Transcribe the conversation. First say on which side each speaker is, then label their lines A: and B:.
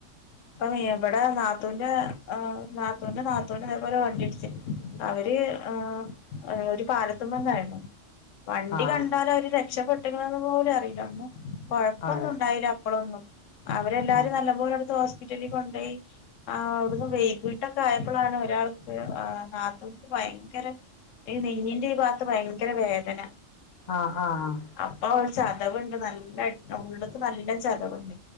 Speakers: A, on the left (about 80°); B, on the left (about 50°).
A: ഇപ്പൊ മീന് ഇവടെ നാത്തൂന്റെ നാത്തൂന്റെ നാത്തൂനെ ഇതേപോലെ വണ്ടി ഇട്ച് അവര് ആഹ് ഒരു പാലത്ത്മ്മന്നായിരുന്നു വണ്ടി
B: ആഹ്
A: കണ്ടാലവര് രക്ഷപെട്ട്ക്ക്ന്ന് പോലും അറില്ലന്ന് കൊഴപ്പൊന്നും
B: അതെ
A: ഉണ്ടായില അപ്പളൊന്നും അവരെല്ലാരും
B: ആഹ്
A: നല്ലപോലെട്ത്ത് ഹോസ്പിറ്റലിൽ കൊണ്ടോയി ആഹ് അവ്ട്ന്ന് വൈകീട്ടൊക്കെ ആയപ്പൊളാണ് ഒരാൾക്ക് ആ നാത്തൂൻക്ക് ഭയങ്കര ഈ നെഞ്ഞിന്റെ ഈ ഭാഗത്ത് ഭയങ്കര വേദന
B: ആഹ് ആഹ് ആഹ്
A: അപ്പൊ ചതവ്ണ്ട് നല്ല ഉള്ള്ക്ക് നല്ല ചതവ്ണ്ട്